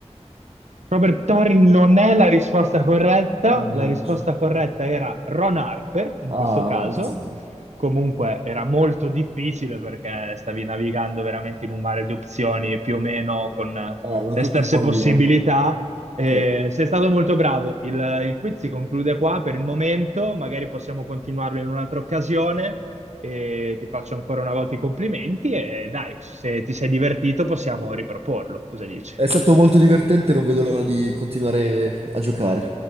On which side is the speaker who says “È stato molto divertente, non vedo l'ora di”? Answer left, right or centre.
Right